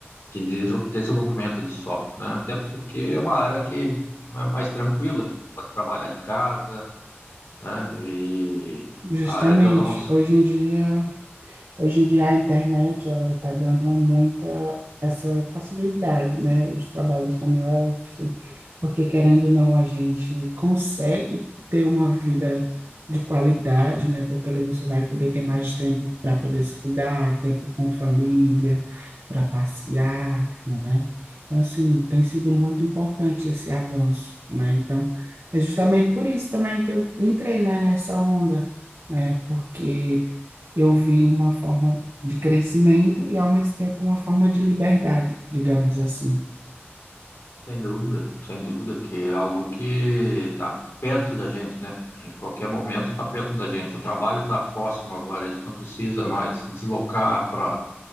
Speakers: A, on the left (about 75°); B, on the right (about 70°).
A: de deso- desenvolvimento de software, né? Até porque é uma área que é mais tranquila, posso trabalhar de casa, né? E
B: justamente,
A: a área de automação.
B: hoje em dia Hoje em dia a internet ela está dando muita essa facilidade, né? Os trabalhos home office, porque querendo ou não a gente consegue ter uma vida de qualidade, né? Porque ali você vai poder ter mais tempo para poder se cuidar, tempo com família, para passear, né? Então assim tem sido muito importante esse avanço, né? Então é justamente por isso também que eu entrei, né, nessa onda, né? Porque eu vi uma forma de crescimento e ao mesmo tempo uma forma de liberdade, digamos assim.
A: Sem dúvida, sem dúvida, que é algo que está perto da gente, né? Em qualquer momento está perto da gente. O trabalho está próximo agora, a gente não precisa mais deslocar para